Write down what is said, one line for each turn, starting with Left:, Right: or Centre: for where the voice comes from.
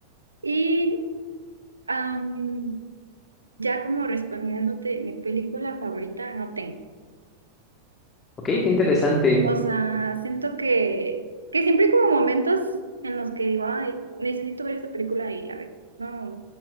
Right: Y am, ya como respondiéndote, mi película favorita no tengo.
Left: Ok, qué interesante.
Right: O sea, siento que, que siempre hay como momentos en los que digo, ay, necesito ver esta película y la veo. No,